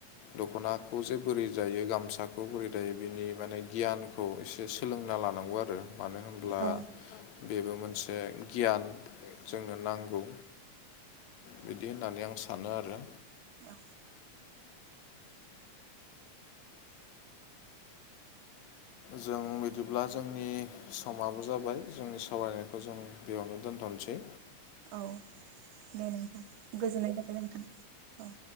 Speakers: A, on the left; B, on the right.
A: दख'नाखौ जे बोरै जायो गामसाखौ बोरै दायो बिनि माने गियान खौ एसे सोलोंना लानांगौ आरो मानो होम ब्ला
B: औ
A: बेबो मोनसे गियान जोंनो नांगौ। बिदि होननानै आं सानो आरो।
B: औ।
A: जों बिदिब्ला जोंनि समाबो जाबाय जोंनि सावरायनायखौ जों बेयावनो दोनथ'नोसै।
B: औ दे नोंथां गोजोननाय थाबाय नोंथां औ।